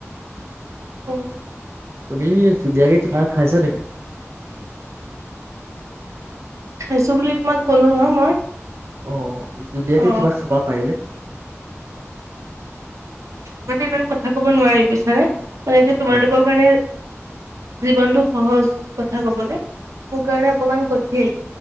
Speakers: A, on the right (about 85°); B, on the right (about 60°).
A: অ'।
B: তুমি জুলীয়াকে কিবা খাইছা নেকি?
A: খাইছোঁ বুলি তোমাক কলো ন' মই।
B: অ' জুলীয়াকে
A: অ'।
B: কিবা খাবা পাৰিলে।
A: মানে ইমান কথা ক'ব নোৱাৰি, বুইছানে? মানে এতিয়া তোমাৰ
B: অ
A: লোকৰ কাৰণে জীৱনটো সহজ, কথা কবলে । মোৰ কাৰণে অকমান কঠিন।